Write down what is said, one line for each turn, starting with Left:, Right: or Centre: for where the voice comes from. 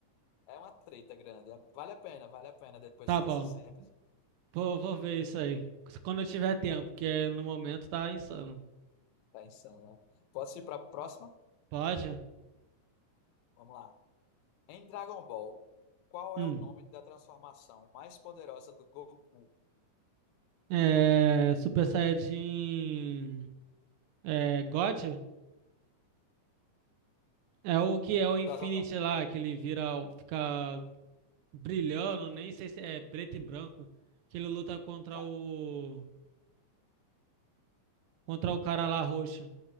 Left: é uma treta grande. é, Vale a pena, vale a pena depois
Right: Tá
Left: desse
Right: bom.
Left: sempre.
Right: Vou, vou ver isso aí. Quando eu tiver tempo, que é no momento tá insano.
Left: Tá insano. né? Posso ir para a próxima?
Right: Pode?
Left: Vamos lá. Em Dragon Ball, qual
Right: Hum.
Left: é o nome da transformação mais poderosa do Goku?
Right: É, Super Saiyajin. É, God? É o que é o Infinity
Left: Das
Right: lá, que ele vira, o- fica brilhando, nem sei se é preto e branco. Que ele luta contra
Left: Ah,
Right: o. Contra o cara lá roxo.